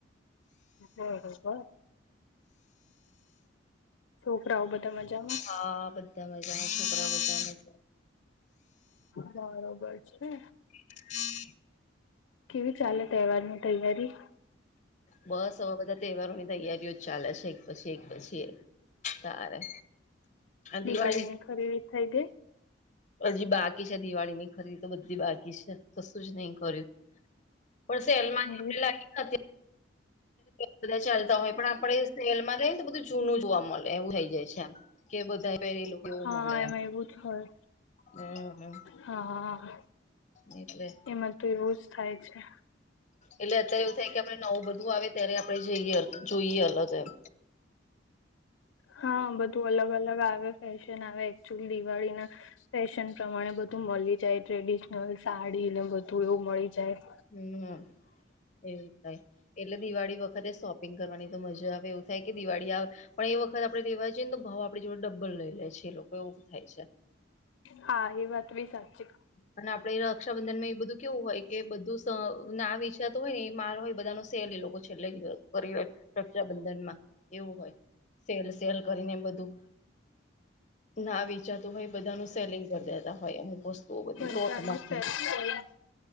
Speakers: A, on the left; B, on the left.
A: બરોબર છોકરાઓ બધા મજામાં?
B: હા બધા મજા છોકરા બધા મજા.
A: બરોબર છે.
B: <inaudible>
A: કેવી ચાલે તહેવારની તૈયારી?
B: બસ આવા બધા તહેવારોની તૈયારીઓ જ ચાલે છે એક પછી એક પછી એક. સારે
A: દિવાળીની
B: દિવાળી
A: ખરીદી થઈ
B: હજી બાકી છે દિવાળી ની ખરી તો બધી બાકી છે તો શું જ નહી કર્યું. પણ સેલમાની
A: ગઈ
B: આપેલા બધા ચાલતા હોય પણ આપડે સેલમાં લઈ ને તો બધું જૂનું જોવા મળે એવું થઈ જાય છે એમ. કે બધા પહેરેલું એવું
A: હા
B: મળે એમ.
A: એમાં એવું હોય
B: હમ
A: હા.
B: એટલે
A: એમાં તો એવું જ થાય છે
B: એટલે અત્યારે એવું થાય કે આપણે નવું બધું આવે ત્યારે આપણે જઈએ જોઈએ અલગ એમ.
A: હા બધું અલગ અલગ આવે. ફેશન આવે એકચુઅલી દિવાળી ના ફેશન પ્રમાણે બધું મળી જાય. ટ્રેડિશનલ સાડી ને બધું એવું મળી જાય.
B: હમ હા એવું થાય. એટલે દિવાળી વખતે શોપિંગ કરવાની તો મજા આવે એવું થાય કે દિવાળી આવે પણ એ વખત આપણે તેવા તો ભાવ આપડી જોડે ડબ્બલ લઈ લે છે એ લોકો એવું થાય છે.
A: હા એ વાત બી સાચી.
B: અને આપડે રક્ષાબંધનમાં એ બધું કેવું હોય કે બધું ના વેચાતો હોય ને એ માલ હોય બધાનો સલી લોકો છેલ્લે કરી હોય રક્ષાબંધન માં એવું હોય. સેલ સેલ કરીને બધું ના વિચાર તો ભ બધા ન સેલિંગ કરી દેતા હોય અમુક વસ્તુઓ બધી
A: બધાને
B: લોટ માં
A: ફેસ્ટિવલ